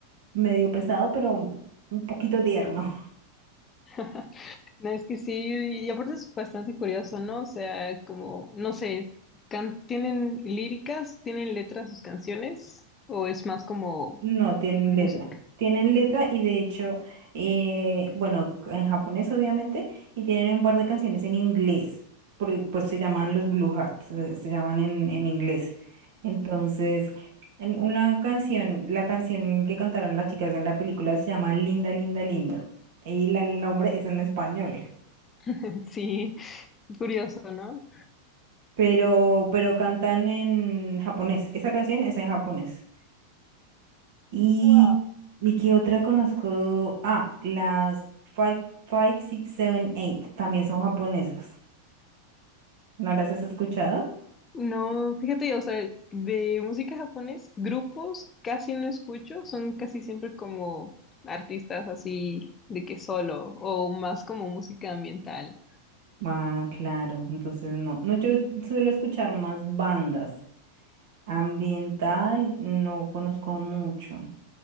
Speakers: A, on the right; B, on the left.
A: medio pesado, pero un poquito tierno.
B: <laughs> No, es que sí, y aparte es bastante curioso, ¿no? O sea, como, no sé, can- ¿tienen líricas? ¿Tienen letras sus canciones? ¿O es más como
A: No, tienen
B: música?
A: letra. Tienen letra y de hecho, eh, bueno, en japonés obviamente, y tienen un par de canciones en inglés, por- e, pues se llaman los Blue Hearts, se, se llaman en, en inglés. Entonces, en una canción, la canción que cantaron las chicas en la película se llama Linda, Linda, Linda. Y la- el nombre es en español,
B: <laughs> Sí, curioso, ¿no?
A: pero, pero cantan en japonés. Esa canción es en japonés. Y,
B: wow
A: ¿y qué otra conozco? Ah, las Five, Five, Six, Seven, Eight. También son japonesas. ¿No las has escuchado?
B: No, fíjate, o sea, de música japonés, grupos casi no escucho, son casi siempre como artistas así de que solo o más como música ambiental.
A: Ah, claro. Entonces no. No, yo suelo escuchar más bandas. Ambiental no conozco mucho.